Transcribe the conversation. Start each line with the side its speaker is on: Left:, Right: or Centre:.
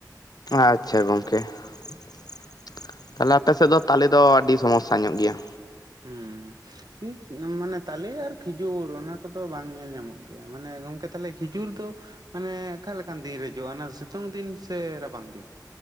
Left: ᱟᱪ-ᱪᱷᱟ ᱜᱚᱝᱠᱮ ᱾ ᱯ-ᱪ-ᱟ-ᱜ ᱛᱟᱦᱞᱮ ᱟᱯᱮ ᱥᱮᱫ ᱫᱚ ᱛᱟᱞᱮ ᱫᱚ ᱟᱹᱰᱤ ᱥᱚᱢᱚᱥ-ᱥᱟ ᱧᱚᱜ ᱜᱮᱭᱟ।
Right: ᱦᱩᱸᱦ ᱾ ᱢᱟᱱᱮ ᱛᱟᱞᱮ ᱟᱨ ᱠᱷᱤᱡᱩᱨ ᱚᱱᱟ ᱠᱚᱫᱚ ᱵᱟᱝ ᱧᱮᱞ ᱧᱟᱢᱚᱜ ᱜᱮᱭᱟ, ᱢᱟᱱᱮ ᱜᱚᱢᱠᱮ ᱛᱟᱞᱦᱮ ᱠᱷᱤᱡᱩᱨ ᱫᱚ ᱢᱟᱱᱮ ᱚᱠᱟ ᱞᱮᱠᱟᱱ ᱫᱤᱱ ᱨᱮ ᱡᱚᱜᱼᱟ ᱚᱱᱟ ᱥᱤᱛᱳᱝ ᱫᱤᱱ ᱥᱮ ᱨᱟᱵᱟᱝ ᱫᱤᱱ?